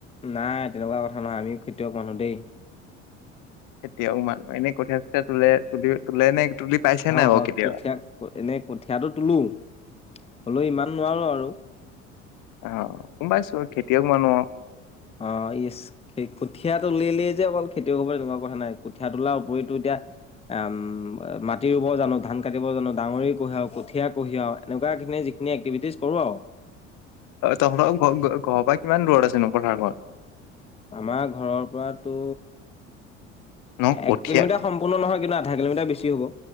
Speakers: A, on the left; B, on the left.
A: নাই তেনেকুৱা কথা নহয় আমিও খেতিয়ক মানুহ দেই
B: এতিয়াও মানুহ এনেই কঠীয়া চীয়া তোলে তুলি তোলে নে তুলি পাইছে
A: হয়
B: নাই বাৰু
A: হয়
B: কেতিয়াবা
A: কঠীয়া এনেই কঠিয়াটো তোলো হলেও ইমান নোৱাৰো আৰু
B: আহ গম পাইছো খেতিয়ক মানু
A: অঁ ই কঠিয়াত উলিলি যে অকল খেতিয়ক হব এনেকুৱা কথা নাই কুঠীয়া তোলাৰ উপৰিতো এতিয়া উম মা কাটি জানো ধান কাটিব জানো কঢ়িয়াও কঠীয়া কঢ়িয়াও এনেকুৱাখিনি যিনি একটিভি কৰো আৰু
B: তহঁতৰ ঘ ঘৰৰ পৰা কিমান দূৰত আছেনো পথাৰখন
A: আমাৰ ঘৰৰ পৰাতো
B: ন কঠীয়া
A: এক কিলোমিটাৰ সম্পূৰ্ণ নহয় কিন্তু আধা কিলোমিটাৰ বেছি হ'ব